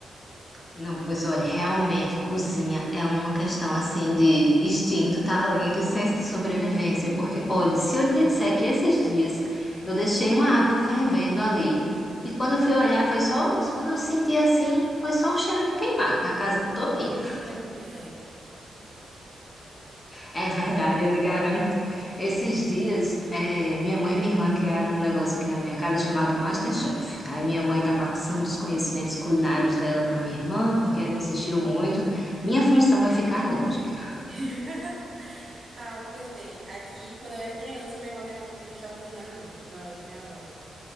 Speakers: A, on the left (about 25°); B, on the right (about 40°).
A: Não, pois olha, realmente cozinha é uma questão assim de instinto, talento e senso de sobrevivência. Porque, olha, se eu lhe disser que esses dias eu deixei uma água fervendo ali, e quando eu fui olhar, foi só, quando eu senti assim, foi só o cheiro do queimado na casa todinha.
B: Mentira,
A: <laughs>
B: mulher.
A: É verdade, eu lhe garanto. Esses dias, eh, minha mãe e minha irmã criaram um negócio aqui na minha casa chamado MasterChef. Aí minha mãe tá passando os conhecimentos culinários dela pra minha irmã, porque ela insistiu muito. Minha função é ficar longe.
B: <laughs> Ah, pois bem, aqui quando eu era criança, minha avó não era muito de deixar eu cozinhar, não, quando eu morava com minha avó.